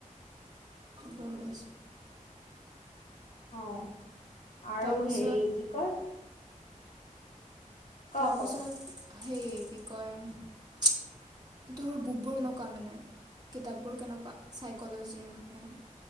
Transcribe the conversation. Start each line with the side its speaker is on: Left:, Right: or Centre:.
Right: গম পাইছো।
Left: অ, আৰু
Right: তাৰপিছত
Left: হেৰি কি কয়? ক
Right: তাৰপিছত
Left: ক
Right: সেই কি কয়। তোৰ বুকবোৰ কেনেকুৱা মানে। কিতাপবোৰ কেনেকুৱা চাইক'লজিৰ মানে।